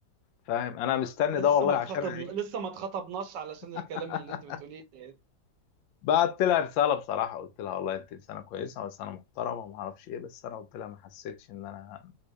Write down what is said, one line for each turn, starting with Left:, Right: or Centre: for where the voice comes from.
Left: فاهم انا مستني
Right: <laughs> إحنا
Left: ده
Right: لسه
Left: والله
Right: ما اتخطب
Left: عشان هي
Right: لسه ما اتخطبناش علشان
Left: <laughs>
Right: الكلام اللي انت بتقوليه ده
Left: بعت لها رسالة بصراحة قلت لها والله انت انسانة كويسة وانسانة محترمة وما اعرفش ايه بس انا قلت لها ما حسيتش ان انا